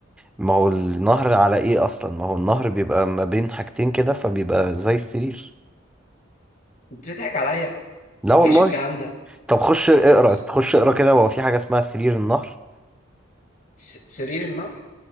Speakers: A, in the centre; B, on the left (about 40°).
A: ما هو النهر على ايه اصلا ما هو النهر بيبقى ما بين حاجتين كده فبيبقى زي السرير
B: انت بتضحك عليا
A: لا
B: مفيش
A: والله
B: الكلام ده
A: طب خش اقرا
B: بس
A: خش اقرا كده هو في حاجه اسمها سرير النهر
B: س... سرير النار